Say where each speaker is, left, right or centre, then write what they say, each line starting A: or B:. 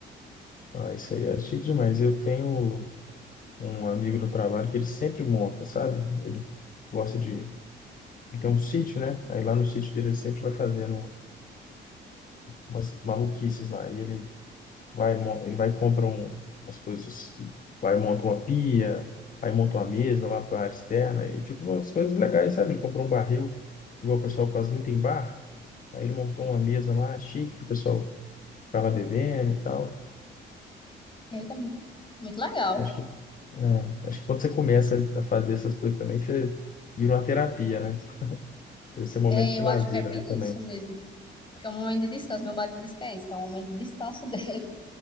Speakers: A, on the left (about 45°); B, on the left (about 25°).
A: Ah, isso aí é chique demais. Eu tenho um amigo do trabalho que ele sempre monta, sabe? Ele gosta de. Ele tem um sítio, né? Aí lá no sítio dele ele sempre vai fazendo umas maluquices lá. E ele vai, mon- ele vai e compra um, umas coisas, vai monta uma pia, aí monta uma mesa lá para a área externa, e ficam umas coisas legais, sabe? Ele comprou um barril, igual o pessoal faz muito em bar, aí ele montou uma mesa lá, chique, que o pessoal vai lá bebendo e tal.
B: Eita, mu- muito legal.
A: Acho que, é, acho que quando você começa a fazer essas coisas também, você vira uma terapia, né? Esse é um momento
B: É,
A: de
B: eu
A: lazer
B: acho que é bem
A: ali também.
B: isso mesmo. que é um momento de descanso. Meu marido diz que é isso, que é um momento de descanso <laughs> dele.